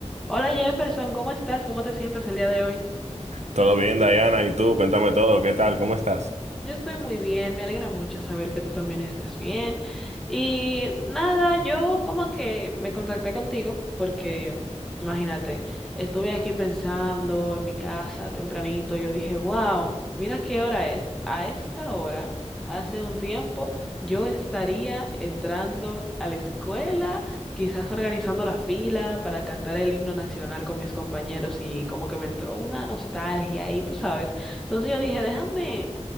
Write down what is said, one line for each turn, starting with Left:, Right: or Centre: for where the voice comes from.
Centre: Hola Jefferson, ¿cómo estás? ¿Cómo te sientes el día de hoy?
Right: Todo bien, Diana, ¿y tú? Cuéntame todo, ¿qué tal? ¿Cómo estás?
Centre: Yo estoy muy bien, me alegra mucho saber que tú también estás bien. Y nada, yo como que me contacté contigo porque, imagínate, estuve aquí pensando en mi casa tempranito, yo dije, wow, mira qué hora es. A esta hora, hace un tiempo, yo estaría entrando a la escuela, quizás organizando la fila para cantar el himno nacional con mis compañeros y como que me entró una nostalgia y tú sabes. Entonces yo dije, déjame